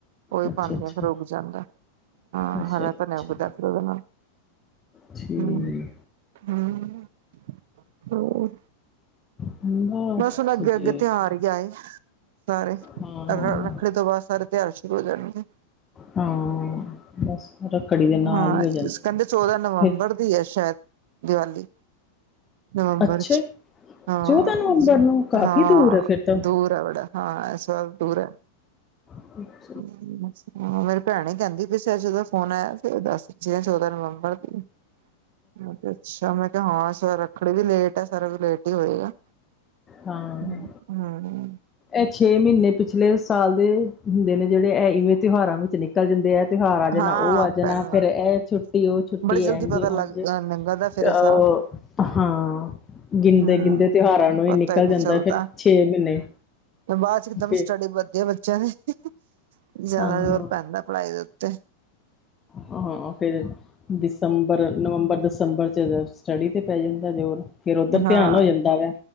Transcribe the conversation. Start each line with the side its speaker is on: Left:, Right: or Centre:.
Right: ਉਹੀ
Left: ਅੱਛਾ
Right: ਪਾਂਦੇ
Left: ਅੱਛਾ
Right: ਆ ਫੇਰ ਉੱਗ ਜਾਂਦਾ ਹਾਂ
Left: ਅੱਛਾ
Right: ਹਰਾ
Left: ਅੱਛਾ
Right: ਧਨਿਆ ਉੱਗਦਾ। ਉਦੇ ਨਾਲ
Left: ਠੀਕ
Right: ਹੂੰ। ਹਾਂ ਉਹ।
Left: <unintelligible>
Right: ਸੁਣ ਅੱਗੇ -
Left: ਜੇਠ
Right: ਅੱਗੇ ਤਿਉਹਾਰ ਹੀ ਆਏ ਸਾਰੇ
Left: ਹਾਂ
Right: ਅਰ - ਅਰ। ਅੱਗੇ ਤੋਂ ਬਾਅਦ ਸਾਰੇ ਤਿਉਹਾਰ ਸ਼ੁਰੂ ਹੋ ਜਾਣਗੇ।
Left: ਹਾਂ। ਬਸ ਰੱਖੜੀ ਦੇ ਨਾਲ
Right: ਹਾਂ
Left: ਹੀ ਹੋ ਜਾਂਦੇ
Right: ਇਸ ਕਹਿੰਦੇ ਚੌਦਾ ਨਵੰਬਰ
Left: ਫਿਰ
Right: ਦੀ ਹੈ ਸ਼ਾਇਦ। ਦੀਵਾਲੀ ਨਵੰਬਰ
Left: ਅੱਛਾ
Right: 'ਚ ਹਾਂ।
Left: ਚੌਦਾਂ ਨਵੰਬਰ ਨੂੰ ਕਾਫ਼ੀ
Right: ਹਾਂ
Left: ਦੂਰ ਹੈ ਫਿਰ ਤਾਂ
Right: ਦੂਰ ਹੈ ਬੜਾ ਹਾਂ ਏਸ ਬਾਰ ਦੂਰ ਐ।
Left: <inaudible>
Right: ਦਿਵਾਲੀ ਬਸ। ਹਾਂ ਮੇਰੀ ਭੈਣ ਕਹਿੰਦੀ ਪਈ ਸੀ ਅੱਜ ਉਹਦਾ ਫੋਨ ਆਇਆ ਸੀ ਦੱਸ ਸੀ ਚੌਦਾਂ ਨਵੰਬਰ ਨੂੰ। ਬਹੁਤ ਅੱਛਾ, ਮੈਂ ਕਿਹਾ ਹਾਂ ਇਸ ਵਾਰ ਰੱਖੜੀ ਵੀ ਲੇਟ ਆ ਸਾਰਾ ਕੁੱਝ ਲੇਟ ਹੀ ਹੋਏਗਾ।
Left: ਹਾਂ।
Right: ਹੂੰ
Left: ਇਹ ਛੇ ਮਹੀਨੇ ਪਿਛਲੇ ਸਾਲ ਦੇ ਹੁੰਦੇ ਨੇ ਜਿਹੜੇ ਇਹ ਇਵੇਂ ਤਿਉਹਾਰਾਂ ਵਿੱਚ ਨਿਕਲ ਨਿਕਲ ਜਾਂਦੇ ਇਹ ਤਿਉਹਾਰ ਆ ਜਾਣਾ
Right: ਹਾਂ
Left: ਉਹ ਆ ਜਾਣਾ
Right: ਪਹਿਲਾਂ
Left: ਫੇਰ ਇਹ ਛੁੱਟੀ ਉਹ ਛੁੱਟੀ
Right: ਬੜੀ ਜਲਦੀ
Left: ਇੰਝ
Right: ਪਤਾ
Left: ਉਂਝ।
Right: ਲੱਗ
Left: ਇਕ
Right: ਲੰਘਦਾ ਫਿਰ ਇਹ
Left: ਉਹ
Right: ਸਾਲ
Left: ਹਾਂ ਗਿਣਦੇ
Right: ਹੂੰ,
Left: ਗਿਣਦੇ ਤਿਉਹਾਰਾਂ ਨੂੰ ਫੇਰ
Right: ਪਤਾ
Left: ਨਿਕਲ
Right: ਹੀ ਨਹੀਂ
Left: ਜਾਂਦਾ
Right: ਚੱਲਦਾ
Left: ਫਿਰ ਛੇ ਮਹੀਨੇ।
Right: ਬਾਅਦ 'ਚ ਇਕਦਮ
Left: ਫਿਰ
Right: ਸਟੱਡੀ ਵਧਦੀ ਹੈ ਬੱਚਿਆਂ ਦੀ ਜਿਆਦਾ
Left: ਹਾਂ,
Right: ਜੋਰ ਪੈਂਦਾ। ਪੈਂਦਾ ਪੜਾਈ ਦੇ ਉਤੇ।
Left: ਹਾਂ ਫੇਰ ਦਸੰਬਰ, ਨਵੰਬਰ, ਦਸੰਬਰ 'ਚ ਅਗਸਤ। ਸਟੱਡੀ ਤੇ ਪੈ ਜਾਂਦਾ ਜ਼ੋਰ ਫੇਰ ਉੱਧਰ
Right: ਹਾਂ,
Left: ਧਿਆਨ ਹੋ ਜਾਂਦਾ ਵਾ